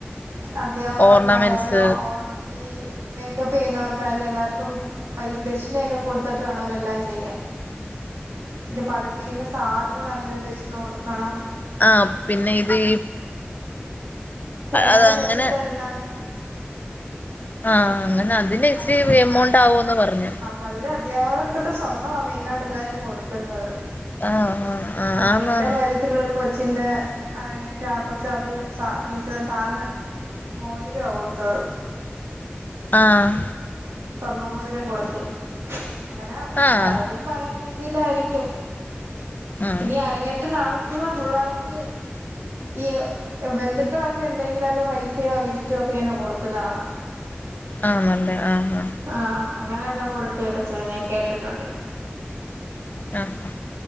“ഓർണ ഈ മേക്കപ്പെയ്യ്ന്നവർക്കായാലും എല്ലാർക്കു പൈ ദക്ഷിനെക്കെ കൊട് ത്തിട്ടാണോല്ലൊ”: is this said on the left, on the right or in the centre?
Right